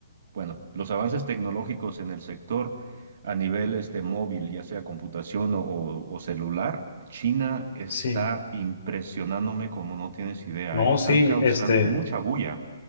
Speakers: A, on the right; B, on the left.
A: bueno, los avances tecnológicos en el sector a nivel este, móvil, ya sea computación o, o- o celular, China está
B: sí.
A: impresionándome como no tienes idea,
B: No,
A: ¿eh? Están
B: sí,
A: causando
B: este.
A: mucha bulla.